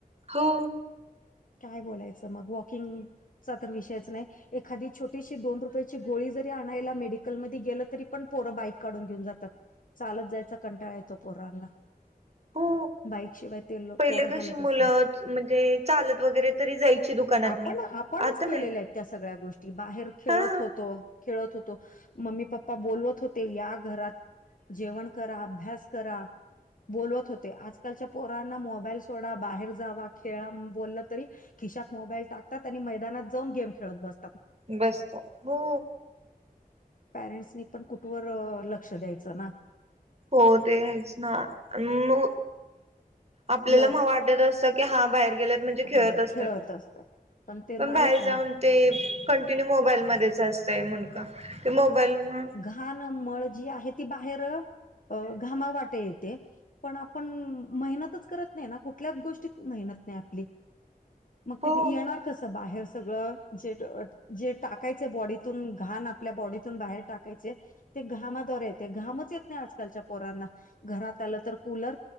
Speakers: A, on the right; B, on the left.
A: हो.
B: काय बोलायचं मग, वॉकिंगचा तर विषयच नाही एखादी छोटी ती दोन रूपयेची गोळी जरी आणायला मेडिकल मध्ये गेलं तरी पण पोरं बाईक काढून घेऊन जातात. चालत जायचा कंटाळा येतो पोरांना.
A: हो
B: बाईकशिवाय ते लो
A: पहिले
B: पोरं
A: कशी
B: हालतच
A: मुलं
B: नाहीत.
A: म्हणजे चालत वगैरे तरी जायची दुकानातनी
B: आपण आपणच
A: आता
B: केलेल्या
A: नाही
B: आहेत त्या सगळ्या गोष्टी, बाहेर खेळत
A: हा
B: होतो, खेळत होतो मम्मी पप्पा बोलवत होते या घरात जेवण करा, अभ्यास करा. बोलवत होते. आजकालच्या पोरांना मोबाईल सोडा, बाहेर जावा, खेळा बोललं तरी खिशात मोबाईल टाकतात आणि मैदानात जाऊन गेम खेळत बस
A: बसतात. हो
B: पॅरेंट्सनी पण कुठवर अ लक्ष द्यायचं ना?
A: हो तेच ना, म आपल्याला
B: योग
A: मग वाटत अस की हा बाहेर गेलेत म्हणजे खेळत
B: ह
A: असतात,
B: असत ते नाहीच
A: पण बाहेर
B: ना
A: जाऊन ते कंटिन्यू मोबाईलमध्येच असतंय मुंडकं, ते मोबाईल मग
B: हा ना, मळ जी आहे ती बाहेर अ घामावाटे येते. पण आपण मेहनतच करत नाही ना, कुठल्याच गोष्टीत मेहनत नाही आपली. मग
A: हो
B: ते येणार कसं बाहेर सगळं, जे जे टाकायच बॉडी तून घाण आपल्या बॉडीतून बाहेर टाकायचे ते घामाद्वारे येते, घामच येत नाही आजकालच्या पोरांना, घरात आलं तर कूलर